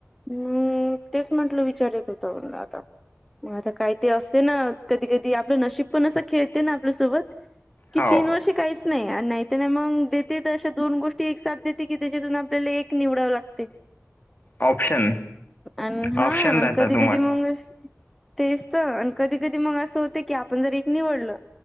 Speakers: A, in the centre; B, on the left (about 40°).
A: हम, तेच म्हटलं विचार येत होता म्हनल आता. मग आता काय ते असते ना, कधी - कधी आपलं नशीब पण असं खेळते ना, आपल्यासोबत. कि
B: हो
A: तीन वर्ष काहीस नाही. नाही तर नाही, मग देते तर अशा दोन गोष्टी एक साथ देते की, त्याच्यातून आपल्याला एक निवडावं लागतय.
B: ऑप्शन
A: अन हा,
B: ऑप्शन
A: आण
B: राहतात
A: कधी कधी मग अस तेच तर. आणि कधी- कधी मग असं होत की, आपण जरी निवडलं